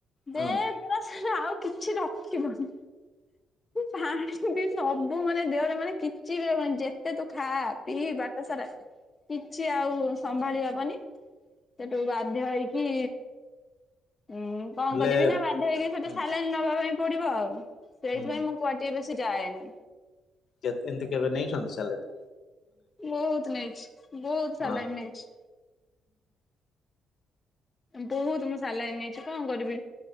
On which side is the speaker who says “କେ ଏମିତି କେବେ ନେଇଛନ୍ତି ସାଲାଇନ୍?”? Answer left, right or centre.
Left